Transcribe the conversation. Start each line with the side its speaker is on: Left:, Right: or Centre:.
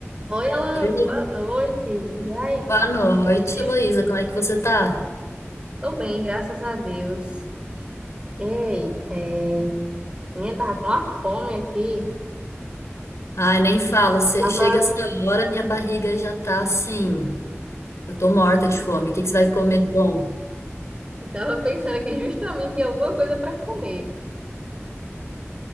Right: Oi, Alana,
Left: Oi, Lu-
Right: boa noite. E aí, tudo
Left: boa noite,
Right: bem?
Left: Heloísa. Como é que você tá?
Right: Tô bem, graças a Deus. Ei, é... minha tava com uma fome aqui.
Left: Ai, nem fala. Cê-
Right: Tava,
Left: Chega essa hora, minha barriga já tá assim. Eu tô morta de fome. O que que você vai comer de bom?
Right: tava pensando aqui justamente em alguma coisa para comer,